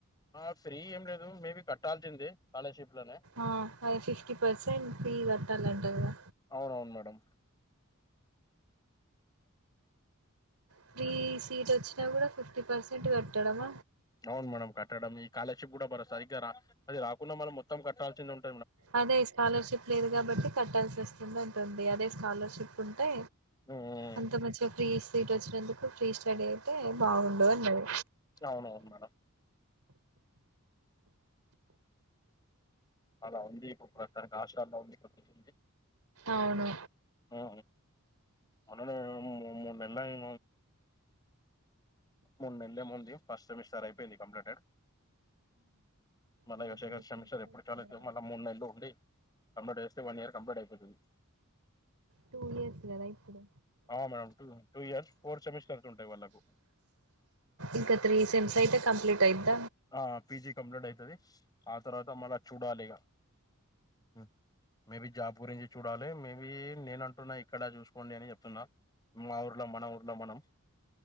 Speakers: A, on the left (about 20°); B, on the right (about 85°).
A: ఆ ఫ్రీ ఏం లేదు మేబీ కట్టాల్సిందే స్కాలర్‌షిప్‌లోనే.
B: ఆ అదే ఫిఫ్టీ పర్సెంట్ ఫీ కట్టాలంట గా
A: అవును అవును మేడం
B: ఫ్రీ సీట్ వచ్చినా కూడా ఫిఫ్ ఫ్టీ పర్సెంట్ కట్టాడమ
A: అవును. మేడం కట్టడమే ఈ కాలేజ్షిప్ కూడా భర సరిగ్గా రా అది రాకున్న కూడా మనం మొత్తం కట్టాల్సిందే ఉం
B: అదే స్కాలర్షిప్ లేదు. కాబట్టి కట్టాల్సి వస్తుంది. అంటుంది అదే స్కాలర్షిప్ ఉంటే
A: హ్మ్
B: అంత మంచిగా ఫ్రీ సీ సీట్ వోచ్చినందుకు ఫ్రీ స్టడీ అయితే బాగుండదు అన్నది
A: అవునవును మేడం అలా ఉంది. ఇప్పుడు తన హాస్టళ్ల ఉంది కక్కుతుంది
B: అవును
A: హ్ మొన్ననే మో మూడు నెలలయి మూడు నెలలే ముంది ఫస్ట్ సెమిస్టార్ అయిపోయింది. కంప్లీటెడ్ మల్లా
B: ఇంకా
A: ఇక సెకండ్
B: త్రీ
A: సెమిస్టర్
B: సెమిస్టర్స్
A: ఏ ఇప్పుడు చాల
B: ఉన్నాయా
A: దు మళ్ళా మూడు నెలలు ఉండి. కంప్లీట్ చేస్తే వన్ ఇయర్ కంప్లీట్ అయిపోతది.
B: టూ ఇయర్స్ కదా ఇప్పుడు
A: ఆ madam two two years four semesters ఉంటాయి. వాళ్ళకు
B: ఇంకా త్రీ సెమ్స్ అయితే కంప్లీట్ అయిద్ద
A: ఆ పీజీ కంప్లీట్ అయితది. ఆ తర్వాత మళ్ళ చూడాలి. ఇగ హ్మ్ మేబి జాబ్ గురించి చూడాలే, మేబీ నేనంటున్నా ఇక్కడ చూసుకోండి. అని చెప్తున్నా మా ఊర్లో మన ఊర్లో మనం